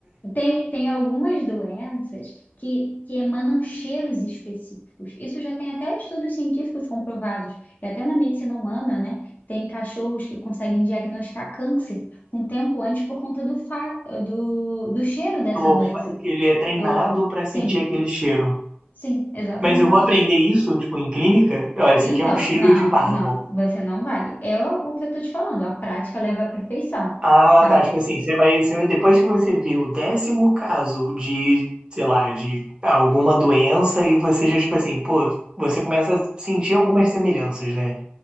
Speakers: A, on the left; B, on the right.
A: Tem, tem algumas doenças que, que emanam cheiros específicos. Isso já tem até estudos científicos comprovados. E até na medicina humana, né? Tem cachorros que conseguem diagnosticar câncer um tempo antes por conta do, fa do, do cheiro
B: Então,
A: dessa doença.
B: fa- Ele é treinado
A: Do olfa-
B: para
A: Sim,
B: sentir aquele cheiro.
A: sim, exatamente.
B: Mas eu vou aprender isso, tipo, em clínica? Ó, esse
A: Então,
B: aqui é um cheiro
A: não,
B: de parvo.
A: não, você não vai. É o o que eu tô te falando. A prática leva à perfeição,
B: Ah,
A: sabe?
B: tá. Tipo assim, você vai, você vai, depois que você vê o décimo caso de, sei lá, de ah, alguma doença, e você já, tipo assim, pô, você começa a sentir algumas semelhanças, né?